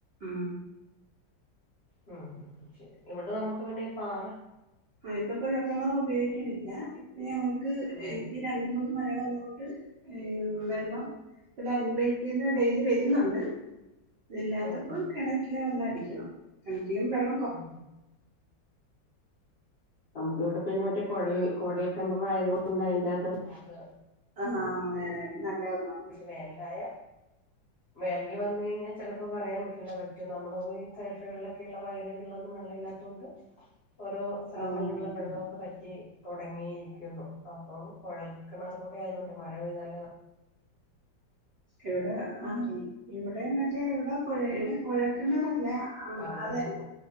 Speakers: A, on the right; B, on the left.
A: മ്
B: ഉം ശരി ഇവിടെ നമ്മുക്ക് പിന്നെഈ പാറ
A: ആഹ് ഇപ്പൊ കൊഴൽക്കെണർ ഉപയോഗിക്കുന്നില്ല ഇപ്പൊ ഞങ്ങക്ക്
B: ഉം
A: ഇപ്പ രണ്ട മൂന്ന് മഴ വന്നോണ്ട് വെള്ളംലൈൻ പൈപ്പിന്ന് ഡെയിലി വരുന്നുണ്ട് അതില്ലാത്തപ്പോൾ
B: ഉം
A: കെണറ്റിലെ വെള്ളം അടിക്കണം. കിണറ്റിലും വെള്ള
B: ഉം നമ്മുക്ക് ഇവിടെ പ്പെ മറ്റ കുഴൽ കുഴൽ കിണറായതുകൊണ്ട് അതിന്റെകത്ത് നമുക്ക്
A: ആഹ് അതെ നല്ലതാണ്
B: വേനലായ വേനൽ വന്ന കഴിഞ്ഞാ ചിലപ്പോ പറയാൻ പറ്റില്ല പറ്റും നമ്മടെ ഈ സൈഡിലുകളിലൊക്കെയുള്ള വയലുകളിലൊന്നും വെള്ളം ഇല്ലാത്തുകൊണ്ട് ഓരോ സ്ഥലങ്ങളിലുള്ള
A: ആഹ്
B: വെള്ളമൊക്കെ പറ്റി തൊടങ്ങിയിരിക്കുന്നു അപ്പം കുഴൽക്കിണറുകൂടെ ആയതുകൊണ്ട് മഴ പെയ്താല്
A: ഇവിടെ ആയി- ഇവിടെ മറ്റേ ഇവിടെ കു ഇവിടെ കുഴക്കിണറല്ല
B: അപ്പ
A: ആഹ്
B: അങ്ങനെയുള്ള
A: അത് തന്നെ